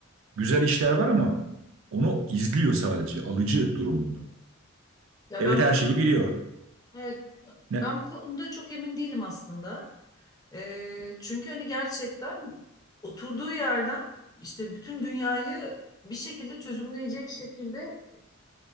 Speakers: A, on the right; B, on the left.
A: güzel işler var ama onu izliyor sadece alıcı durumunda.
B: Ya
A: Evet
B: ben
A: her
B: bu konu,
A: şeyi biliyor.
B: evet,
A: Ne?
B: ben bu konuda çok emin değilim aslında. Ee, çünkü hani gerçekten oturduğu yerden işte bütün dünyayı bir şekilde çözümleyecek şekilde